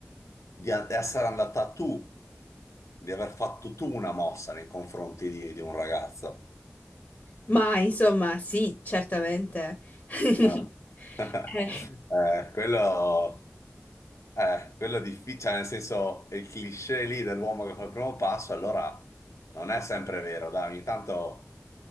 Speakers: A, on the left; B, on the left.
A: di a- essere andata tu, di aver fatto tu una mossa nei confronti di, di un ragazzo?
B: Ma insomma, sì, certamente. <laughs>
A: No. <laughs>
B: Eh.
A: Eh, quello, eh, quello è difficile, cioè, nel senso, il cliché lì dell'uomo che fa il primo passo, allora non è sempre vero, dai, ogni tanto,